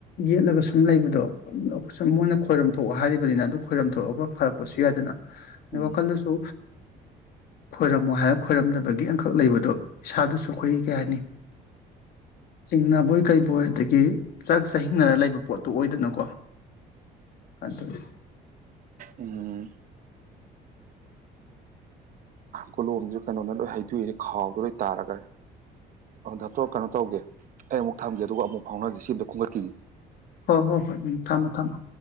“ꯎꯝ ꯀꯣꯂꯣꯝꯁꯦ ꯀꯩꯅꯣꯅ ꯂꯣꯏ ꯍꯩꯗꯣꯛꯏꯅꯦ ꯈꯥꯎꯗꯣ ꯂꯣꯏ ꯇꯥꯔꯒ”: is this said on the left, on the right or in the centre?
Right